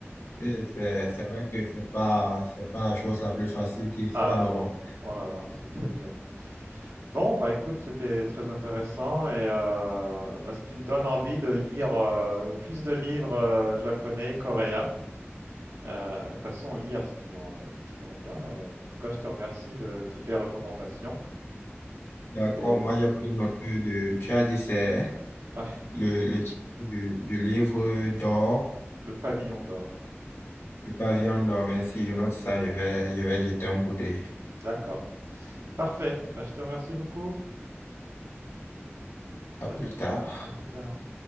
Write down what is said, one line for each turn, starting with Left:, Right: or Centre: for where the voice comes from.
Left: Et C'est c'est vrai que c'est pas, c'est pas la chose la plus facile qui soit,
Right: Ah
Left: mais
Right: non,
Left: bon.
Right: oh là là, c'est très dur. Bon, bah écoute, c'était très intéressant et euh, bah, si tu me donnes envie de lire euh, plus de livres euh, japonais, coréens, euh, de toute façon, lire, c'est toujours, euh, c'est toujours bien. Et en tout cas, je te remercie de toutes les recommandations.
Left: D'accord,
Right: Et euh,
Left: moi j'ai pris note de, tu as dit c'est
Right: ouais,
Left: le, le titre du, du livre d'or,
Right: le pavillon d'or.
Left: le pavillon d'or, mais si je note ça, je vais, je vais jeter un coup d'œil.
Right: D'accord. Parfait. Bah, je te remercie beaucoup.
Left: À
Right: À
Left: plus
Right: plus,
Left: tard.
Right: à plus tard.